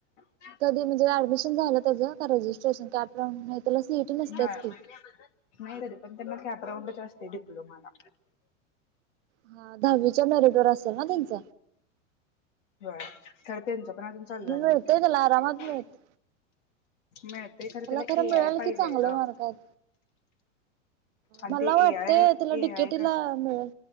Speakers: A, on the left; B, on the right.
A: <unintelligible>
B: कधी म्हणजे ऍडमिशन झालं त्याचं का रजिस्ट्रेशन काय आपलं नाही त्याला सीईटी नसतेच
A: नाय.
B: की
A: नाही तरी पण त्यांना कॅपराऊडच असतय डिप्लोमाला.
B: हा दहावीच्या मेरिट वर असेल ना त्यांच.
A: बय. खरं त्यांचं पण अजून चालू झालं
B: मग मिळतय
A: नाहीत कॅप्राउन.
B: त्याला आरामात मिळत
A: मिळतय खर त्याला
B: खरं
A: ए
B: मिळेल
A: आय पाहिजे
B: की चांगले
A: आहे ग.
B: मार्क आहेत
A: आणि
B: मला
A: ते
B: वाटते
A: ए आय,
B: तिला
A: ए
B: डिकेटीला
A: आय काय
B: मिळेल